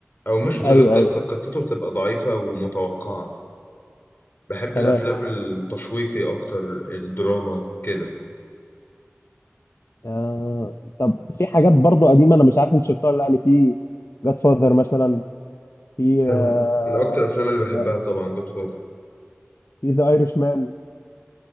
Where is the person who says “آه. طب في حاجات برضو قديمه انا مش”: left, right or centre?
Left